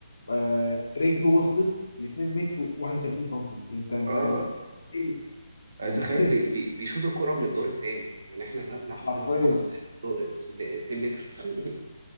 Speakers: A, on the left; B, on the right.
A: آه رجله وصلت ل 2 متر و31 سم انت انت
B: اه
A: إيه ال- يعني
B: تخيل
A: <laughs>
B: بي بي بيشوطوا الكرة من الدور التاني يعني احنا المبنى عندنا
A: حرفيا
B: في مصر دو- س- 2 متر <laughs>